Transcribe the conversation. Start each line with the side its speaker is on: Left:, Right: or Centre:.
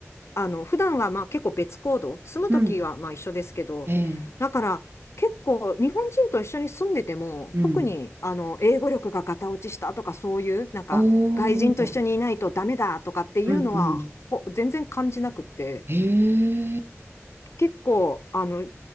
Left: あの、普段はまあ結構別行動、住むときはまあ一緒ですけど、
Right: うん。ええ。
Left: だから結構日本人と一緒に住んでても、
Right: うん。
Left: 特にあの、英語力がガタ落ちしたとかそういう、なんか外人と一緒にいないとダメだとかっていうのは、
Right: おーうんうん。
Left: ほ全然感じなくって、
Right: へえ。
Left: 結構、あの、